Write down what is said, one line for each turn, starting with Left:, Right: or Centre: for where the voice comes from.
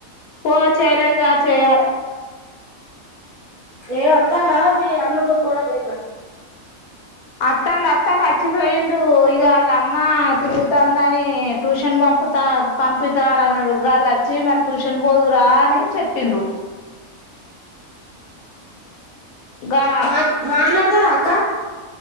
Left: ఒ చేయలేదు రా చేయ్యాలే
Right: ఏ అత్తాల్ల మీ అల్లుడు కోడలు గిట్ల
Left: అత్తండు అత్తండు అచ్చిపోయిండు ఇగ వాళ్ళ అమ్మ తిరుగుతందని ట్యూషన్ పంపుతా పంపితా అ అన్నారు గాళ్ళు వచ్చి మరి ట్యూషన్ పోదురా అని చెప్పిండ్రు గా
Right: మా మాట్లాడుతావా అ క్క